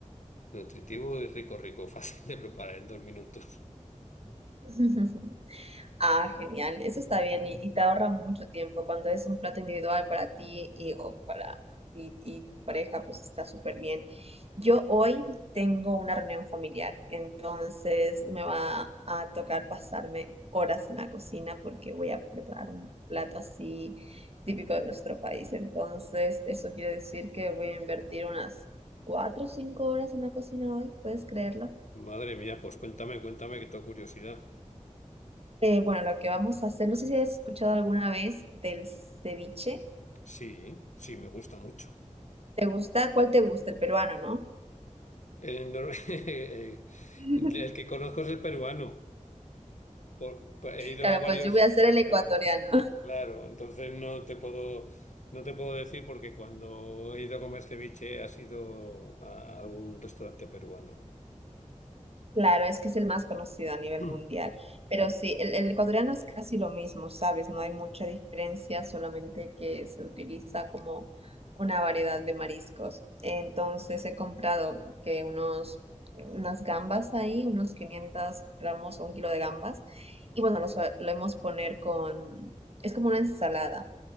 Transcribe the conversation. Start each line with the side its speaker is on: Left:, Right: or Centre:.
Left: nutritivo y rico, rico, <laughs> fácil de preparar en dos minutos.
Right: <laughs> Ah, genial, eso está bien y, y te ahorra mucho tiempo cuando es un plato individual para ti y, o para ti y tu pareja, pues está súper bien. Yo hoy tengo una reunión familiar, entonces me va a tocar pasarme horas en la cocina porque voy a preparar un plato así típico de nuestro país. Entonces, eso quiere decir que voy a invertir unas cuatro o cinco horas en la cocina hoy, ¿puedes creerlo?
Left: Madre mía, pues cuéntame, cuéntame que tengo curiosidad.
Right: Eh, bueno, lo que vamos a hacer, no sé si has escuchado alguna vez del ceviche.
Left: Sí, sí, me gusta mucho.
Right: ¿Te gusta? ¿Cuál te gusta? El peruano, ¿no?
Left: El, nor- <laughs> eh,
Right: <laughs>
Left: el que conozco es el peruano. Por- por- he ido
Right: Claro,
Left: a varios,
Right: pues yo voy a hacer el ecuatoriano.
Left: claro. Claro, entonces no te puedo, no te puedo decir porque cuando he ido a comer ceviche ha sido a a algún restaurante peruano.
Right: Claro, es que es el más conocido a nivel
Left: <clears throat>
Right: mundial, pero sí, el, el ecuatoriano es casi lo mismo, ¿sabes? No hay mucha diferencia, solamente que se utiliza como una variedad de mariscos. Entonces he comprado que unos, unas gambas ahí, unos 500 gramos o un kilo de gambas, y bueno, lo solemos poner con, es como una ensalada,